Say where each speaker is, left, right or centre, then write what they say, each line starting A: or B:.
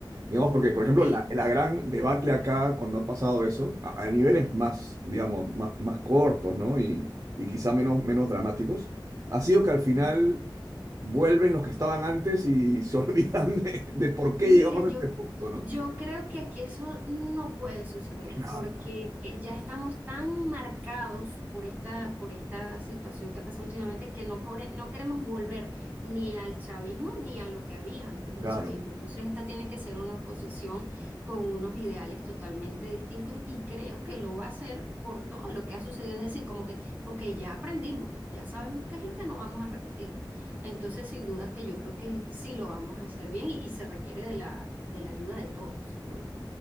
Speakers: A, on the right; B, on the right.
A: Digamos, porque, por ejemplo,
B: <laughs>
A: la, la gran debacle acá, cuando ha pasado eso, a, a niveles más, digamos, más, más cortos, ¿no? Y, y quizá menos, menos dramáticos, ha sido que al final
B: Ujú.
A: vuelven los que estaban antes y se <laughs> olvidan de, de por qué
B: Mira,
A: llegamos a
B: yo,
A: este punto, ¿no?
B: yo creo que aquí eso no puede suceder
A: Claro,
B: porque ya estamos tan marcados por esta, por esta situación que ha pasado últimamente que no, core- no queremos volver ni al chavismo ni a lo que había antes del
A: Claro,
B: chavismo. Entonces, esta tiene que ser una oposición con unos ideales totalmente distintos y creo que lo va a hacer por todo lo que ha sucedido. Es decir, como que, ok, ya aprendimos, ya sabemos qué es lo que no vamos a repetir. Entonces, sin duda que yo creo que sí lo vamos a hacer bien y, y se requiere de la, de la ayuda de todos, sin duda.